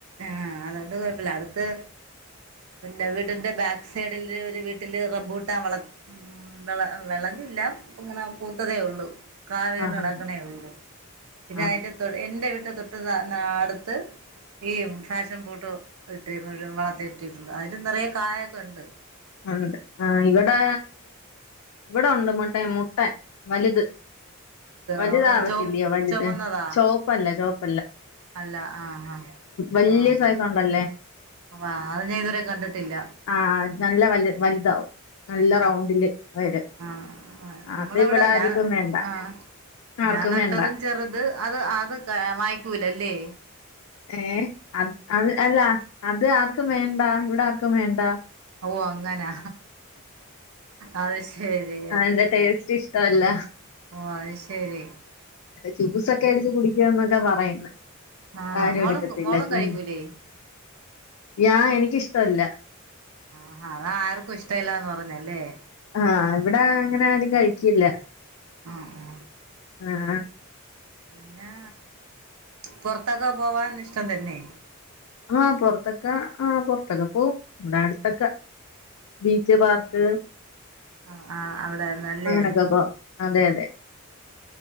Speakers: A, on the right; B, on the left.
A: ആഹ് അതോണ്ട് കൊഴപ്പല്ല അടുത്ത് ഏ വീടിന്റെ ബാക്ക് സൈഡില് ഒരു വീട്ടില് റംമ്പൂട്ടാൻ വള വെള വെളഞ്ഞില്ല ഇപ്പങ്ങനെ പൂത്തതേ ഒള്ളൂ കാ വീണ്
B: ആഹാ
A: കെടക്ക്ണേ ഉള്ളൂ പിന്നെ
B: ആഹാ
A: അയിന്റെ തൊ എന്റെ വീട്ട് തൊട്ട് നാ അടുത്ത് ഈ ഫാഷൻ ഫ്രൂട്ട് ഇട്ട് വള ത്തി ഇട്ടിട്ടുണ്ട് അതില് നെറയെ കായ ഒക്കെ ഉണ്ട്.
B: ആണ് ഉണ്ട് ആഹ് ഇവടെ ഇവടെ ഒണ്ട് മറ്റേ മുട്ടൻ വല്ത് വലുത്
A: ആ വലു
B: ആവത്തില്ലയോ
A: ചോ
B: വലുത്
A: ചുമന്നതാ
B: ചുവപ്പല്ല ചോപ്പ്
A: അല്ല ആഹ്
B: വലിയ
A: ആ ആ
B: സൈസ് ഉണ്ടല്ലേ
A: അ അത് ഞാൻ ഇതുവരെ കണ്ടിട്ടില്ല
B: ആഹ് നല്ല വലു വലുതാവും നല്ല റൗണ്ടില് വരും
A: ആ ആ നമ്മളവിടെ
B: അത് ഇവിടെ ആരിക്കും
A: ഞാൻ
B: വേണ്ട
A: ആ
B: ആർക്കും
A: ഞാൻ നട്ടതും
B: വേണ്ട
A: ചെറുത് അത് അത് വായിക്കൂലല്ലേ?
B: ഏ അത് അത് അല്ല അത് ആർക്കും വേണ്ട ഇവിടെ ആർക്കും വേണ്ട.
A: ഓ അങ്ങനാ അത് ശരി.
B: അതിന്റെ ടേസ്റ്റ് ഇഷ്ടമല്ല
A: ഓ അത് ശെരി.
B: ജ്യൂസൊക്കെ അടിച്ച് കുടിക്കാന്നൊക്കെ പറയുന്ന.
A: ആണോ
B: ആരും
A: മോളും
B: എടുക്കത്തില്ല
A: മോളും കഴിക്കൂലേ
B: ഉം ഞാ എനിക്കിഷ്ടല്ല.
A: ആഹാ അതാ ആർക്കും ഇഷ്ടമല്ലാന്ന് പറഞ്ഞല്ലേ?
B: ആഹ് ഇവിടെ അങ്ങനെ ആരും കഴിക്കില്ല.
A: ആ ആ.
B: ആഹ്
A: പിന്നെ പുറത്തൊക്കെ പോവാൻ ഇഷ്ടം തന്നെ.
B: ആഹ് പുറത്തക്കാ ആ പുറത്തൊക്കെ പോവും ഇവിടെ അടുത്തൊക്കെ. ബീച്ച് പാർക്ക്
A: ആ ആ അവിടെന്നല്ലേ?
B: അങ്ങനൊക്കെ പോവും അതെ അതെ.